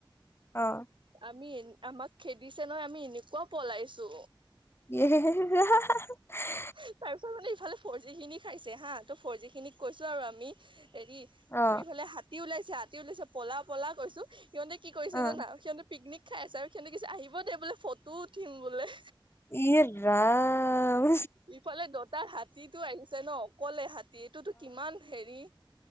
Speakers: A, on the left; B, on the right.
A: অ।
B: আমি এ আমাক খেদিছে নহয় আমি এনেকুৱা পলাইছো।
A: <inaudible>
B: তাৰ পিছত মানে ইফালে ফৰ জি খিনি খাইছে হা, ত ফৰজি খিনিক কৈছো আৰু আমি হেৰি
A: অ
B: ফুৰিফালে হাতী ওলাইছে হাতী ওলাইছে পলা পলা কৈছো। সিহঁতে কি কৰিছে
A: অ
B: জানা সিহঁতে পিকনিক খাই আছে, আৰু সিহঁতে আহিব দে বোলে ফটো উঠিম বোলে।
A: ইয়ে ৰাম।
B: ইফালে দঁতাল হাতীতটো আহিছে ন, অকলে হাতী এইটোতো কিমান হেৰি।